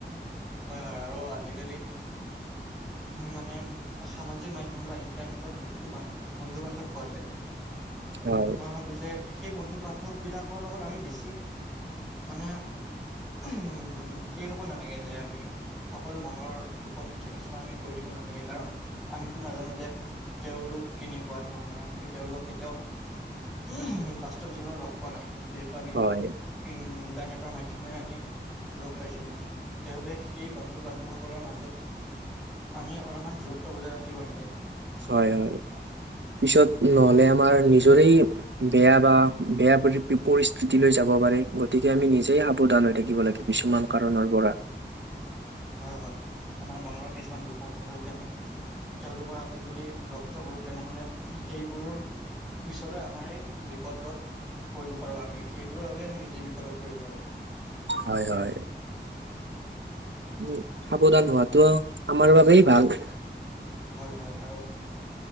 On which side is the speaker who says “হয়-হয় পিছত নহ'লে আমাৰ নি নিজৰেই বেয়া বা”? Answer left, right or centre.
Right